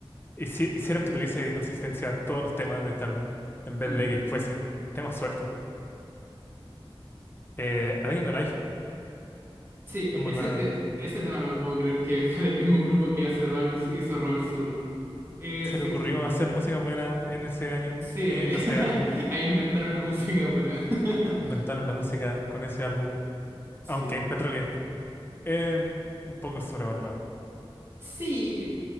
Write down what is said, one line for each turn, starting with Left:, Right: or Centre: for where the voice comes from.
Left: hici- hicieron que tuviese consistencia todos los temas de este álbum en vez
Right: Mm.
Left: de que fuesen temas sueltos. Eh, A Day in the Life
Right: Sí, e-
Left: es muy
Right: ese,
Left: buena
Right: te-
Left: también.
Right: ese tema no me puedo creer que <laughs> fue del mismo grupo que hace dos años hizo Robert Soul. Eh,
Left: Se
Right: sí,
Left: le ocurrió hacer música buena en ese año
Right: sí,
Left: y
Right: eh,
Left: lo
Right: <laughs>
Left: sacaron.
Right: ahí inventaron la música buena. <laughs>
Left: Inventaron la música con ese álbum.
Right: Sí,
Left: Aunque encuentro que es un poco sobrevalorado.
Right: sí,